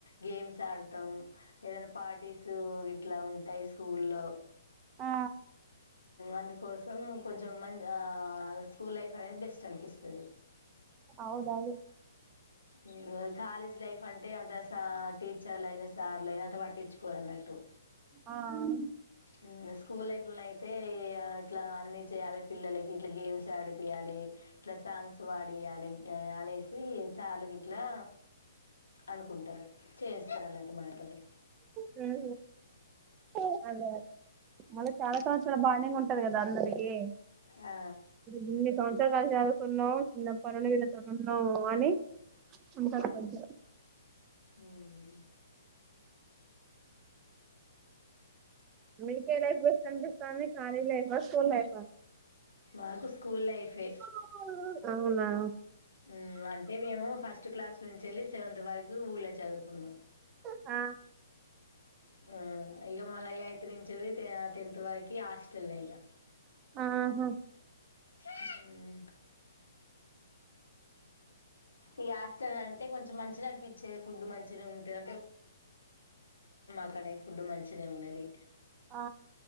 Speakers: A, on the left; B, on the right.
A: గేమ్స్ ఆడుతాం, ఏదైనా పార్టీస్ ఇట్లా ఉంట్ టై స్కూల్లో
B: ఆ
A: అందుకోస్ ఉహ్ కొంచెం మ స్కూల్ లైఫ్ అనేది బెస్ట్ అనిపిస్తది.
B: అవునవును
A: మ్మ్ కాలేజ్ లైఫ్ అంటే. అంత సా టీచర్ల అయినా సార్లయినా అంత పట్ టిచ్చుకోరాన్నట్టు.
B: ఆ ఉమ్.
A: ఆహ్ స్కూల్ లైఫ్లో అయితే. ఇగ ఆ ఇట్లా అన్నీ చేయాలి, పిల్లలకి ఇట్లా గేమ్స్ ఆడిపియాలి, ఇట్లా సాంగ్స్ వాడియాలి. అనేసి సార్ గిట్లా అనుకుంటారు. చేయిస్తారన్నట్టు మనతోని
B: హ్మ్ హు అదే అదే మళ్ళ చాలా సంవత్సరాలు బాండింగ్ ఉంటది గదా. అందరికీ
A: ఆ
B: మీ <inaudible> పుస్తకాలు చదువుకున్నాం, చిన్నప్పటినుండి వీళ్ళతో ఉన్నాం. అని అన్నిసార్లు కలిసే
A: ఆహ్
B: అహ్ మీకే లైఫ్ బెస్ట అనిపిస్తాంది. College life, school life.
A: మాకు స్కూల్ లైఫే
B: ఆ అవునా
A: ఉమ్మ్ అంటే మేము ఫస్ట్ క్లాస్ నుంచ్చెళ్ళి సెవెంత్ వరకు ఊళ్లే చదువుకున్నాం.
B: ఆ
A: ఆహ్ ఇగ మళ ఎయిత్ నుంచ్చెల్లి తే టెన్త్ వరకి, ఆస్ టేల్లెగ
B: ఆహా
A: హ్మ్ ఇగ హాస్టల్ అంటే కొంచెం మంచిగా అనిపించేది ఫుడ్ మంచిగా ఉంటది అక్కనే ఫుడ్ మంచినే ఉన్నది.
B: ఆ